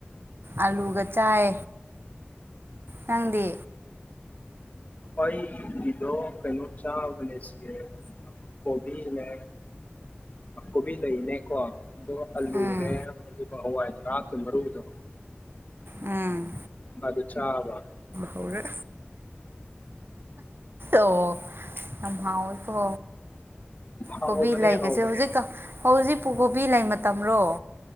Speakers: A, on the right; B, on the left.
A: ꯑꯂꯨꯒ ꯆꯥꯏ ꯅꯪꯗꯤ
B: ꯑꯩ ꯒꯤꯗꯣ ꯀꯩꯅꯩꯅꯣ ꯆꯥꯕꯅꯦ ꯁꯤ ꯀꯣꯕꯤꯅꯦ ꯀꯣꯕꯤ ꯂꯩꯅꯦꯀꯣ ꯑꯗꯨꯒ ꯑꯂꯨꯅꯦ
A: ꯎꯝ
B: ꯑꯗꯨꯒ ꯍꯋꯥꯏ ꯊꯔꯥꯛꯀꯤ ꯃꯔꯨꯗꯣ
A: ꯎꯝ
B: ꯑꯗꯨ ꯆꯥꯕ
A: ꯍꯥꯎꯔꯦ ꯑꯣ ꯌꯥꯝ ꯍꯥꯎꯋꯦꯀꯣ
B: ꯍꯥꯎꯕꯅꯦ
A: ꯀꯣꯕꯤ ꯂꯩꯒꯁꯦ
B: ꯍꯥꯎꯕꯅꯦ
A: ꯍꯧꯖꯤꯛꯇ ꯍꯧꯖꯤꯛꯄꯨ ꯀꯣꯕꯤ ꯂꯩ ꯃꯇꯝꯔꯣ